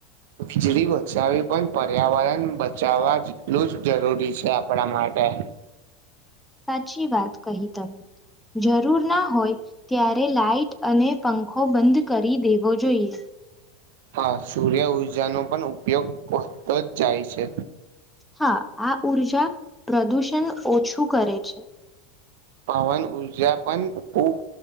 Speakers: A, on the right; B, in the centre.
A: વીજળી બચાવી પણ પર્યાવરણ બચાવવા જેટલું જ જરૂરી છે, આપણા માટે
B: સાચી વાત કહી, તમે જરૂરના હોય, ત્યારે લાાઈટ અને પંખો બંધ કરી દેવો જોઈએ
A: હા, સૂર્ય ઉર્જાનો પણ ઉપયોગ વધતો જ જાય છે.
B: હા, આ ઊર્જા પ્રદૂષણ ઓછું કરે છે.
A: પવન ઊર્જા, પણ ખૂબ